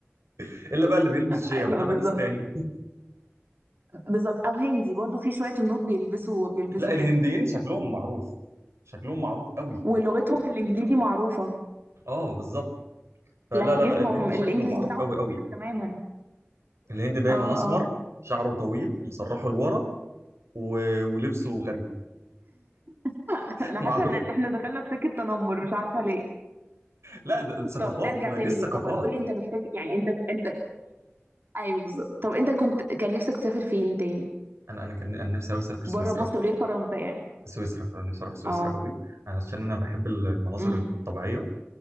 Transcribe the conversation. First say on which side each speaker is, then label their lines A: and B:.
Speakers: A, on the right (about 80°); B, on the right (about 50°).
A: <laughs> الا بقى اللي بيلبس جيب
B: ايوه
A: ده باكستاني
B: بالظبط بالظبط او هندي برضو في شوية هنود بيلبسوا بيلبسوا
A: <laughs> لا الهنديين
B: كده
A: شكلهم معروف شكلهم معروف قوي
B: ولغتهم في الانجليزي معروفة
A: اه بالظبط فلا
B: لهجتهم
A: لا لا الهند شكله
B: الانجليش
A: معروف
B: بتاعهم
A: قوي
B: مختلف
A: قوي
B: تماما
A: الهند دايما
B: اه
A: اسمر
B: اه
A: شعره طويل مسرحه لورا و... ولبسه غريب
B: <laughs>
A: <laughs>
B: انا
A: معروف
B: حاسة ان احنا دخلنا في سكة تنمر مش عارفة ليه
A: لا ده ده ثقافات
B: طب نرجع
A: ما
B: تاني
A: دي الثقافات
B: للسفر قولي انت محتاج يعني انت انت ايوه بالظبط طب انت كنت كان نفسك تسافر فين تاني
A: انا انا كان انا نفسي قوي اسافر سويسرا
B: بره مصر غير فرنسا يعني
A: سويسرا انا نفسي اروح سويسرا
B: اه
A: قوي عشان انا بحب المناظر
B: امم
A: الطبيعيه